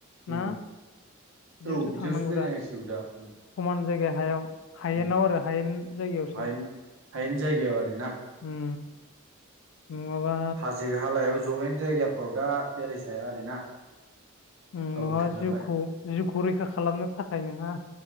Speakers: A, on the left (about 65°); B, on the right (about 65°).
A: ना
B: उम
A: बिदियावसो
B: औ बिदियावसो
A: थांनांगौ
B: बेरायनांसिगौ
A: दा समान
B: दा उम
A: जायगा हायाव हायेनाव
B: उम
A: आरो हायेन जायगायावसो
B: हायेन हायेनजायाव आरोना।
A: उम नङाबा
B: हाजो हालायाव जौयेन जायगाफ्राव दा बेरायजाया आरोना
A: उम
B: अखा
A: नोंङो
B: बोथोर नालाय
A: जिउखौ जिउखौ रैखा खालामनो थाखाय नोंहा